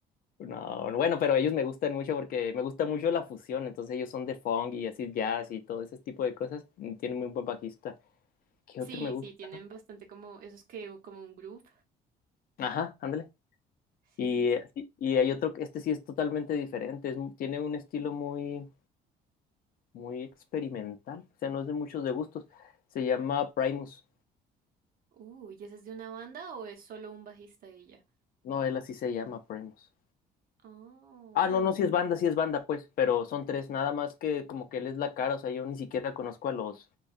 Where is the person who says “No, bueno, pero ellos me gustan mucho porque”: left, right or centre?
Left